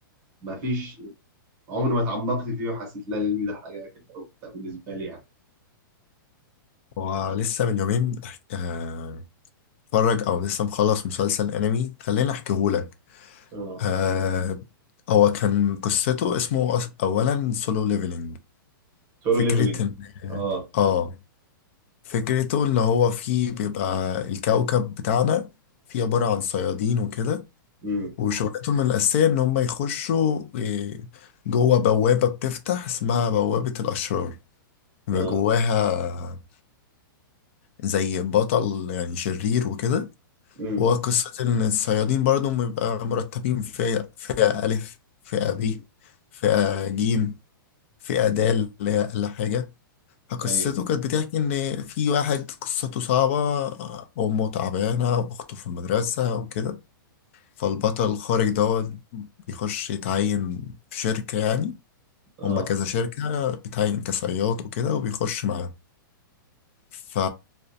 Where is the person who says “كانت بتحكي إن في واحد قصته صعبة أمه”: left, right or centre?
Left